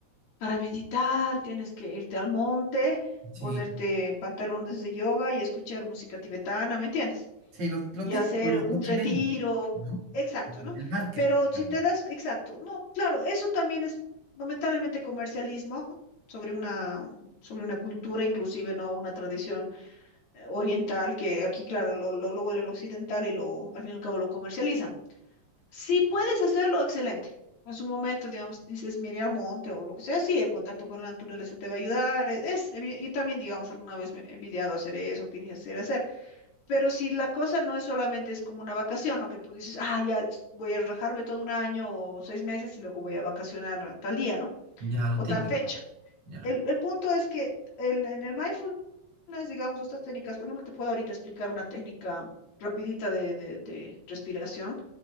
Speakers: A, on the left (about 70°); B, on the right (about 50°).
A: para meditar tienes que irte al monte,
B: Sí.
A: ponerte pantalones de yoga y escuchar música tibetana, ¿me entiendes?
B: Sí, lo, lo
A: Y
B: típico,
A: hacer
B: lo,
A: un
B: lo que
A: retiro,
B: venden, ¿no?
A: exacto,
B: El
A: ¿no?
B: marketing.
A: Pero
B: Ya,
A: si te das, exacto, no, claro, eso también es lamentablemente comercialismo sobre una, sobre una cultura inclusive, ¿no? Una tradición eh, oriental que aquí, claro, lo, lo, lo vuelven occidental y lo, al fin y al cabo lo comercializan. Si puedes hacerlo, excelente. En su momento, digamos, dices, mire al monte o lo que sea, sí, el contacto con la naturaleza te va a ayudar. Es, es evi- yo también, digamos, alguna vez me he envidiado hacer eso, quería hacer, hacer. Pero si la cosa no es solamente es como una vacación o que tú dices, ah, ya es- voy a rajarme todo un año o seis meses y luego voy a vacacionar a tal día, ¿no?
B: Ya, lo
A: O
B: típico.
A: tal Claro. fecha.
B: Ya.
A: El, el punto es que el- en el mindfulness, digamos, estas técnicas, por ejemplo, te puedo ahorita explicar una técnica rapidita de de- de respiración